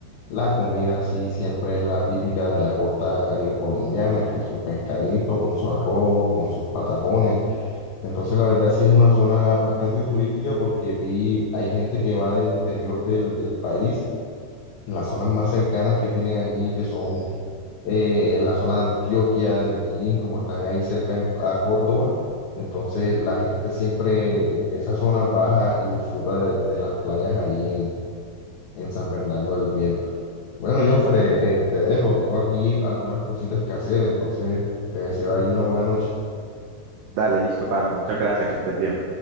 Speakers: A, on the left; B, on the right.
A: La comida sí siempre es la típica de la costa caribe colombiana, que es su pescadito con su arroz, con sus patacones. Entonces, la verdad sí es una zona bastante turística porque vi, hay gente que va del interior del, del país, las zonas más cercanas que tienen allí, que son eh, en la zona de Antioquia, de Medellín, como están ahí cerca en- a Córdoba. Entonces, la gente siempre de esa zona baja y disfruta de, de las playas allí en, en San Bernardo del Viento. Bueno, Jonfer, eh, eh, te dejo, tengo aquí algunas cositas que hacer, entonces te deseo ahí una buena noche.
B: Dale, listo, Carlos. Muchas gracias, que estés bien.